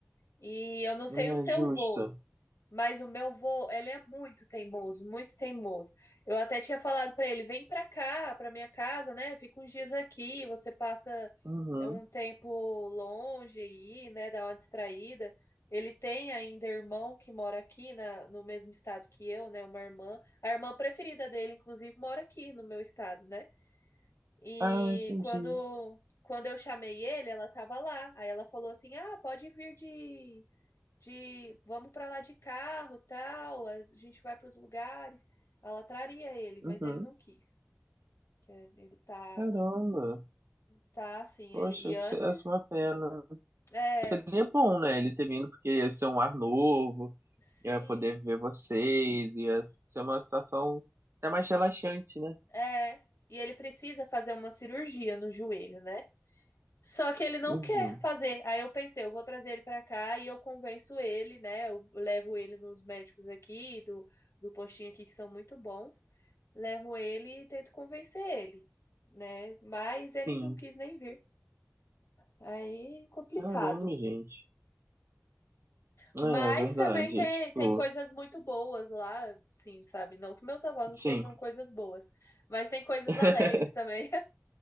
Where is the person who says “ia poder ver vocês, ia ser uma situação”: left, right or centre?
Right